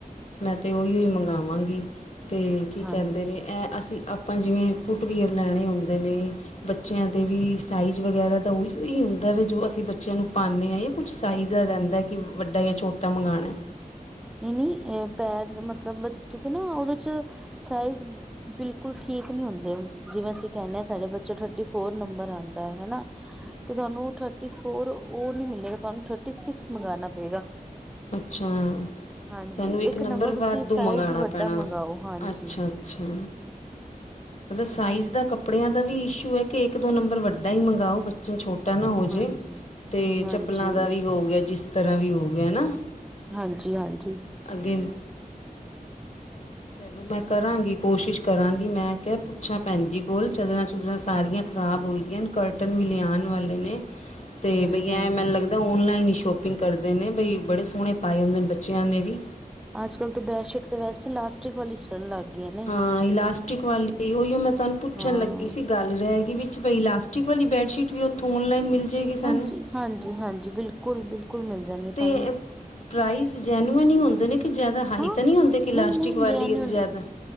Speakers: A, on the left; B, in the centre.
A: ਮੈਂ ਤੇ ਉਹੀਓ ਹੀ ਮੰਗਾਵਾਂਗੀ। ਤੇ ਕੀ
B: ਹਾਂਜੀ
A: ਕਹਿੰਦੇ ਨੇਂ? ਐਂ ਅਸੀਂ ਆਪਾਂ ਜਿਵੇਂ ਫੁੱਟਵੀਅਰ ਲੈਣੇ ਹੁੰਦੇਂ ਨੇਂ ਬੱਚਿਆਂ ਦੇ ਵੀ ਸਾਈਜ ਵਗੈਰਾ ਤਾ ਉਹੀਓ ਹੀ ਹੁੰਦਾ ਵੇ। ਜੋ ਅਸੀ ਬੱਚਿਆਂ ਨੂੰ ਪਾਉਂਨੇ ਆ ਏ। ਕੁਛ ਸਾਈਜ ਦਾ ਰਹਿੰਦਾ, ਕਿ ਵੱਡਾ ਯਾ ਛੋਟਾ ਮੰਗਾਣਾ ਐ।
B: ਨਈਂ-ਨਈਂ ਆ ਪੈਰ ਤੇ ਮਤਲਬ ਬਚ ਕਿਉਂਕਿ ਨਾ ਉਹਦੇ ਚ ਸਾਈਜ਼ ਬਿਲਕੁਲ ਠੀਕ ਨੀ ਹੁੰਦੇ ਜਿਵੇਂ ਅਸੀਂ ਕਹਿੰਨੇਂ ਹਾਂ ਸਾਡੇ ਬੱਚੇ ਥਰਟੀ ਫੋਰ ਨੰਬਰ ਆਂਦਾ ਹਨਾ। ਤੇ ਤੁਹਾਨੂੰ ਥਰਟੀ ਫੋਰ ਉਹ ਨੀ ਮਿਲੇਗਾ ਤੁਹਾਨੂੰ ਥਰਟੀ ਸਿਕਸ ਮੰਗਾਨਾ ਪਏਗਾ।
A: ਅੱਛਾ
B: ਹਾਂਜੀ
A: ਸਾਨੂੰ ਇੱਕ ਨੰਬਰ
B: ਤੁਸੀਂ
A: ਵਾਧੂ
B: ਸਾਈਜ਼
A: ਮੰਗਾਉਣਾ
B: ਵੱਡਾ
A: ਪੈਣਾ
B: ਮੰਗਵਾਓ ਹਾਂਜੀ
A: ਅੱਛਾ। ਅੱਛਾ ਉਸਦੇ ਸਾਈਜ਼ ਦਾ ਕੱਪੜਿਆਂ ਦਾ ਵੀ ਇਸ਼ੂ ਹੈ ਕਿ ਇੱਕ ਦੋ ਨੰਬਰ ਵੱਡਾ ਹੀ ਮੰਗਾਓ ਬਚ ਚਾ ਛੋਟਾ ਨਾ ਹੋ
B: ਹਾਂਜੀ
A: ਜੇ ਤੇ
B: ਹਾਂਜੀ
A: ਚੱਪਲਾਂ ਦਾ ਵੀ ਹੋ ਗਿਆ ਜਿਸ ਤਰਾ ਵੀ ਹੋ ਗਿਆ ਨਾ।
B: ਹਾਂਜੀ-ਹਾਂਜੀ
A: ਅੱਗੇ ਹਾਂਜੀ ਚਲੋ ਮੈਂ ਕਰਾਂਗੀ ਕੋਸ਼ਿਸ਼ ਕਰਾਂਗੀ, ਮੈਂ ਕਿਹਾ ਪੁੱਛਾ ਭੈਨ ਜੀ ਕੋਲ ਚਦਰਾ-ਚੁਦਰਾ ਸਾਰੀਆ ਖਰਾਬ ਹੋਈ ਦੀਆਨ। ਕਰਟਨ ਵੀ ਲਿਆਉਨ ਵਾਲੇ ਨੇ। ਤੇ
B: ਹਮ
A: ਬਈ ਇਹ
B: ਹਮ
A: ਮੈਨੂੰ ਲੱਗਦਾ ਔਨਲਾਈਨ ਹੀ ਸ਼ੋਪਿੰਗ ਕਰਦੇ ਨੇ ਬਈ ਬੜੇ ਸੋਹਣੇ ਪਾਏ ਹੁੰਦੇ ਨੇ ਬੱਚਿਆ ਨੇ ਵੀ।
B: ਅੱਜਕੱਲ ਤੇ ਬੈਡਸ਼ੀਟ ਤੇ ਵੈਸੀ ਲੈਸ ਟਿਕ ਵਾਲੀ ਚੱਲਣ ਲੱਗ ਗਈ ਏ ਨਾ।
A: ਹਾਂ ਇਲਾਸਟਿਕ ਵਾਲੀ ਉਹੀਓ ਮੈਂ ਤੁਹਾਨੂੰ ਪੁੱਛਨ
B: ਹਾਂ
A: ਲੱਗੀ ਸੀ। ਗੱਲ ਰਹਿ ਗਈ ਵਿੱਚ ਬਈ ਇਲਾਸਟਿਕ ਵਾਲੀ ਬੈਡਸ਼ੀਟ ਵੀ ਉੱਥੋਂ ਔਨਲਾਈਨ ਮਿਲ ਜਾਏਗੀ ਸਾਨੂੰ
B: ਹਾਂਜੀ-ਹਾਂਜੀ, ਹਾਂਜੀ ਬਿਲਕੁਲ-ਬਿਲਕੁਲ ਮਿਲ ਜਾਨੀ ਏ
A: ਤੇ
B: ਤੁਹਾਨ।
A: ਪ੍ਰਾਈਜ਼ ਜੈਨੁਯਅਨ ਹੀ ਹੁੰਦੇ ਨੇ। ਕਿ ਜਾਦਾ ਹਾਈ
B: ਹਾਂ
A: ਤੇ ਨੀ ਹੁੰਦੇ ਕਿ ਲਾਸਟਿਕ
B: ਨਹੀਂ-ਨਹੀਂ
A: ਵਾਲੀ
B: ਜੈਨਿਊਨ
A: ਹੈ ਤੇ ਜਾਦਾ